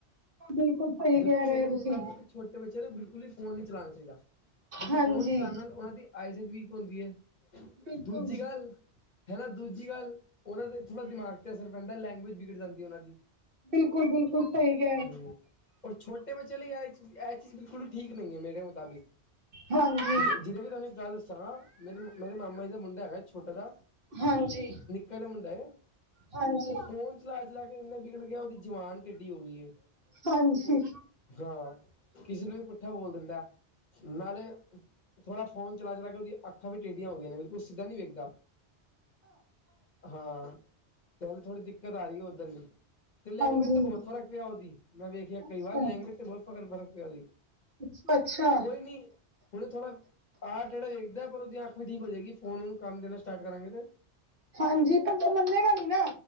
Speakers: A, on the right; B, on the left.
A: ਬਿਲਕੁਲ, ਸਹੀ
B: ਦੇਖੋ
A: ਕੇ
B: ਮੇਰੇ
A: ਰਏ ਓ
B: ਮੁਤਾਬਿਕ
A: ਤੁਸੀਂ
B: ਛੋਟੇ ਬੱਚਿਆਂ ਨੂੰ ਬਿਲਕੁਲ ਈ ਫੋਨ ਨੀ ਚਲਾਣਾ ਚਾਇਦਾ ਕਿਉਂਕਿ
A: ਹਾਂਜੀ
B: ਫੋਨ ਚਲਾਣ ਨਾਲ ਉਹਨਾਂ ਦੀ ਆਈਜਾਈਟ ਵੀਕ ਹੁੰਦੀ ਐ
A: ਬਿਲਕੁਲ
B: ਦੂਜੀ ਗੱਲ ਹਨਾ ਦੂਜੀ ਗੱਲ ਉਹਨਾਂ ਦੇ ਥੋੜ੍ਹਾ ਦਿਮਾਗ ਤੇ ਅਸਰ ਪੈਂਦਾ ਲੈਂਗਵੇਜ ਬਿਗੜ ਜਾਂਦੀ ਏ ਉਨਾਂ ਦੀ।
A: ਬਿਲਕੁਲ ਬਿਲ ਕੁੱ ਹੈ <unintelligible>
B: ਹੂੰ ਔਰ ਛੋਟੇ ਬੱਚੇਆ ਲਈ ਏ ਚੀਜ਼, ਏ ਚੀਜ਼ ਬਿਲਕੁ ਠੀਕ ਨਈ ਐਂ ਮੇਰੇ ਮੁਤਾਬਿਕ
A: ਹਾਂਜੀ।
B: ਜਿਦ ਜਿੱਦ ਵੀ ਤੁਆਨੂੰ ਇੱਕ ਗੱਲ ਦੱਸਾਂ ਮੇਰੇ ਮੇਰੇ ਮਾਮਾ ਈ ਦਾ ਮੁੰਡਾ ਹੈਗਾ ਛੋਟਾ ਜਯਾ
A: ਹਾਂਜੀ
B: ਕਦ <unintelligible> ਮੁੰਡਾ ਏ,
A: ਹਾਂਜੀ।
B: ਉਹ ਫੋਨ ਚਲਾ-ਚਲਾ ਕੇ ਇੰਨਾ ਬਿਗੜ ਗਿਆ ਉਦੀ ਜਵਾਨ ਟਿੱਡੀ ਹੋ ਗਈ ਹੈ।
A: ਹਾਂਜੀ
B: ਹਾਂ ਕਿਸੇ ਨੂੰ ਵੀ ਪੁੱਠਾ ਬੋਲ ਦਿੰਦਾ ਨਾਲੇ ਥੋੜਾ ਫੋਨ ਚਲਾ ਚਲਾ ਕੇ ਉਹਦੀ ਅਖਾਂ ਵੀ ਟੇਢੀਆਂ ਹੋ ਗਈਆਂ ਨੇ ੳਹ ਸਿੱਧਾ ਨਹੀ ਵੇਖਦਾ ਹਾਂ ਥੋੜੀ ਥੋੜੀ ਦਿੱਕਤ ਆ ਰਹੀ ਹੈ ਉੱਧਰ ਵੀ ਤੇ ਲੈਂਗੁਏਜ
A: ਹਾਂਜੀ
B: ਤੇ ਬਹੁਤ ਫਰਕ ਪਿਆ ਉਹਦੀ ਮੈਂ ਵੇਖਿਆ
A: ਅੱਛਾ
B: ਕਈ ਵਾਰ ਲੈਂਗੁਏਜ ਤੇ ਬਹੁਤ ਫਕਰ ਫਰਕ ਪਿਆ ਉਹਦੀ
A: ਅੱਛਾ ਅੱਛਾ।
B: ਕੋਈ ਨੀ ਹੁਣ ਥੋੜਾ ਆਹ ਟੇਢਾ ਵੇਖਦਾ ਹੈ ਪਰ ਉਹਦੀ ਅੱਖ ਵੀ ਠੀਕ ਹੋ ਜਾਏਗੀ ਫੋਨ ਉਹਨੂੰ ਕੰਮ ਦੇਣਾ ਸਟਾਟ ਕਰਾਂਗੇ ਤੇ
A: ਹਾਂਜੀ ਪਰ ਤਾ <unintelligible> ਮੰਨੇਗਾ ਨੀ ਨਾ